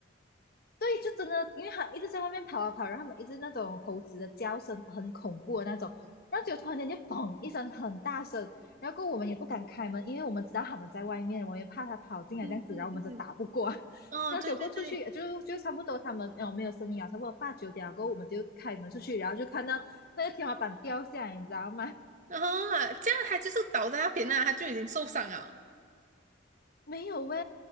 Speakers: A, on the left (about 50°); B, on the right (about 40°).
A: 对，就真的，因为他一直在外面跑啊跑，然后他们一直那种猴子的叫声很恐怖的那种，然后就突然间就嘣一声很大声，然后过后我们也不敢开门，因为我们知道他们在外面，我们也怕他跑进来这样子，
B: 嗯嗯嗯，
A: 然后我们就打不过，<laughs>
B: 哦，
A: 然后结过出去呃就就差不多他们哦没有声音啊，
B: 对对对。
A: 差不多八九点过后我们就开门出去，然后就看到那个天花板掉下来，你知道吗？
B: 啊，这样他就是倒在那边那，他就已经受伤了。
A: <laughs> 没有喂、